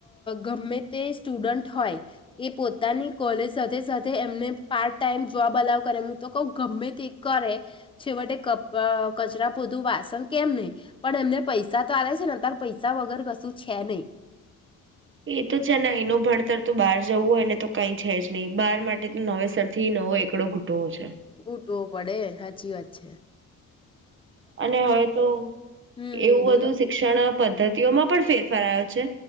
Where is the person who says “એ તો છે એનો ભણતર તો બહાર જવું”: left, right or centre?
Right